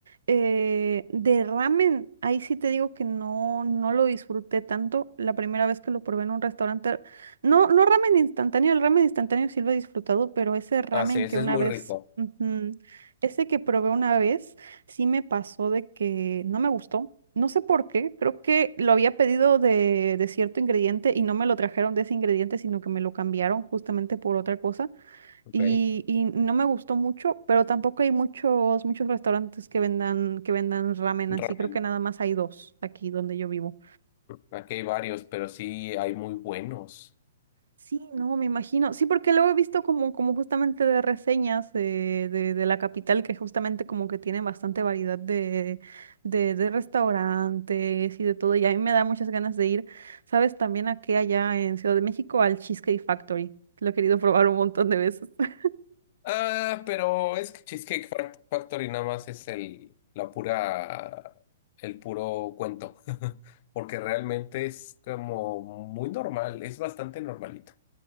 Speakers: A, on the right; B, on the left.
A: eh, de ramen, ahí sí te digo que no, no lo disfruté tanto la primera vez que lo probé en un restaurante. No, no ramen instantáneo, el ramen instantáneo sí lo he disfrutado, pero ese ramen
B: Ah, sí, ese
A: que una
B: es muy
A: vez,
B: rico.
A: ujú, ese que probé una vez, sí me pasó de que no me gustó. No sé por qué, creo que lo había pedido de, de cierto ingrediente y no me lo trajeron de ese ingrediente, sino que me lo cambiaron justamente por otra cosa
B: Ok.
A: y, y no me gustó mucho, pero tampoco hay muchos, muchos restaurantes que vendan, que vendan ramen así.
B: Ramen.
A: Creo que nada más hay dos aquí donde yo vivo.
B: Aquí hay varios, pero sí hay muy buenos.
A: Sí, no, me imagino. Sí, porque luego he visto como, como justamente de reseñas de, de, de la capital que justamente como que tiene bastante variedad de, de, de restaurantes y de todo. Y a mí me da muchas ganas de ir, ¿sabes? También aquí allá en Ciudad de México al Cheesecake Factory. Lo he querido probar un montón de veces. <laughs>
B: Ah, pero es que Cheesecake Fac- Factory nada más es el, la pura, el puro cuento, <laughs> porque realmente es como muy normal, es bastante normalito.